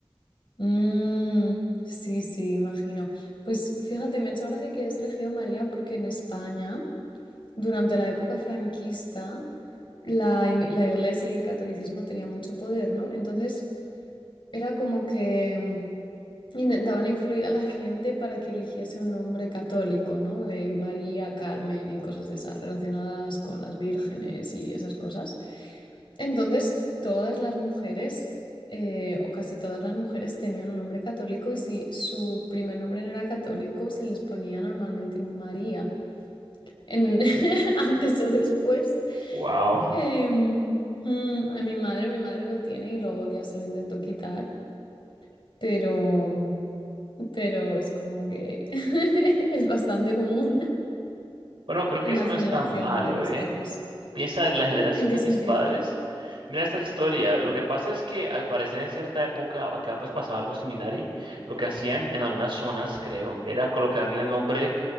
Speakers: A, on the left; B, on the right.
A: Mm, sí, sí, imagino. Pues fíjate, me ha hecho gracia que hayas elegido María porque en España, durante la época franquista, la, i- la iglesia y el catolicismo tenían mucho poder, ¿no? Entonces, era como que Intentaban influir a la gente para que eligiese un nombre católico, ¿no? De María, Carmen y cosas de esas relacionadas con las vírgenes y esas cosas. Entonces, todas las mujeres, eh, o casi todas las mujeres, tenían un nombre católico y si su primer nombre no era católico, se les ponía normalmente un María en- <laughs> antes o después.
B: Wow.
A: Em, mm, a mi madre, mi madre lo tiene y lo odia, se lo intentó quitar, pero pero es como que <laughs> es bastante común <laughs>
B: Bueno, creo que
A: en
B: eso
A: la
B: no
A: generación
B: es tan malo,
A: de mis
B: ¿eh?
A: padres.
B: Piensa en la generación
A: Mm, ¿En qué
B: de
A: sentido?
B: mis padres. Mira esta historia. Lo que pasa es que al parecer en cierta época acá pues pasaba algo similar y lo que hacían en algunas zonas, creo, era colocarle el nombre